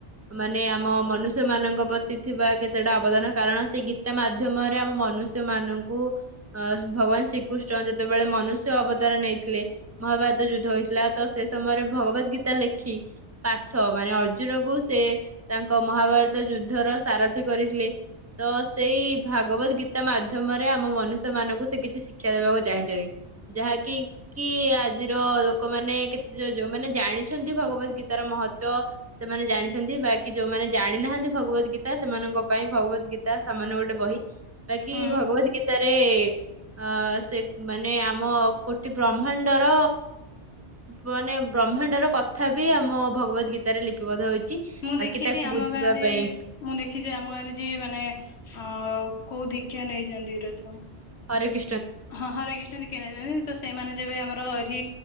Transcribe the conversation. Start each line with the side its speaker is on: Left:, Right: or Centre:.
Right: ମାନେ ଆମ ମନୁଷ୍ୟ ମାନଙ୍କ ପ୍ରତି ଥିବା କେତେଟା ଅବଦାନ କାରଣ ସେଇ ଗୀତା ମାଧ୍ୟମରେ ଆମ ମନୁଷ୍ୟ ମାନଙ୍କୁ ଅ ଭଗବାନ ଶ୍ରୀକୃଷ୍ଣ ଯେତେବେଳେ ମନୁଷ୍ୟ ଅବତାର ନେଇଥିଲେ ମହାଭାରତ ଯୁଦ୍ଧ ହୋଇଥିଲା ତ ସେ ସମୟରେ ଭଗବତ ଗୀତା ଲେଖି ପାର୍ଥ ମାନେ ଅର୍ଜୁନଙ୍କୁ ସେ ତାଙ୍କ ମହାଭାରତ ଯୁଦ୍ଧର ସାରଥିୀ କରିଥିଲେ। ତ ସେଇ ଭାଗବତ ଗୀତା ମାଧ୍ୟମରେ ଆମ ମନୁଷ୍ୟମାନଙ୍କୁ ସେ କିଛି ଶିକ୍ଷା ଦେବାକୁ ଚାହୁଁଛନ ଯାହାକି କି ଆଜିର ଲୋକମାନେ କେତେ ଯ ଯୋଉମାନେ ଜାଣିଛନ୍ତି ଭଗବତ ଗୀତାର ମହତ୍ବ ସେମାନେ ଜାଣିଛନ୍ତି ବାକି ଯୋଉମାନେ ଜାଣି ନାହାନ୍ତି ଭଗବତ ଗୀତା ସେମାନଙ୍କ ପାଇଁ ଭଗବତ ଗୀତା ତା ସାମାନ୍ୟ ଗୋଟେ ବହି ବାକି
Left: ହୁଁ
Right: ଭଗବତ ତାରେ ଅ ସେ ମାନେ ଆମ କୋଟି ବ୍ରହ୍ମାଣ୍ଡର ମାନେ ବ୍ରହ୍ମାଣ୍ଡର କଥା ବି ଆମ ଭଗବତ ଗୀତାରେ ଲିପିବଦ୍ଧ ହଉଛି।
Left: ମୁଁ ଦେଖିଛି
Right: ବାକି ତାକୁ
Left: ଆମ
Right: ବୁଝିବା
Left: ଗାଁରେ
Right: ପାଇଁ।
Left: ମୁଁ ଦେଖିଛି ଆମ ଗାଁରେ ଯିଏ ମାନେ ଅ କୋଉ ଦୀଷା ନେଇଛନ୍ତି ରହିଥାଅ।
Right: ହରେ କି
Left: ହଁ ହରେ କଷ୍ଣ ନେଇଛନ୍ତି ତ ସେମାନେ ଯେବେ ଆମର ଏଇଠି